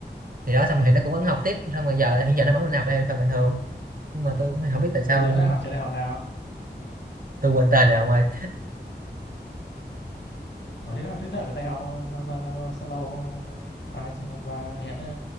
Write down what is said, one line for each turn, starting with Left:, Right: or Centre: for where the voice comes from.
Right: thì đó xong rồi thì nó cũng vẫn học tiếp xong rồi giờ hiện giờ nó vẫn đi học đây phần bình thường nhưng mà tôi cũng không biết tại sao
Left: bây giờ
Right: ừ,
Left: nó học trường đại học nào
Right: tôi quên tên rồi ông ơi
Left: Ủa thế là thế là ở đây họ sao, sao, sao, sao lâu hôm qua chứ hôm qua hẹn nữa.